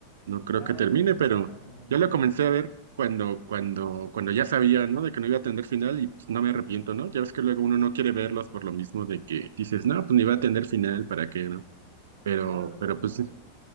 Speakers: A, on the right; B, on the left.
A: No creo
B: Claro,
A: que termine, pero
B: está como...
A: yo lo comencé a ver cuando, cuando, cuando ya sabía, ¿no? De que no iba a tener final y pues, no me arrepiento, ¿no? Ya ves que luego uno no quiere verlos por lo mismo de que dices, no, pues ni va a tener final, ¿para qué, no? Pero,
B: Claro, no,
A: pero
B: pero...
A: pues sí,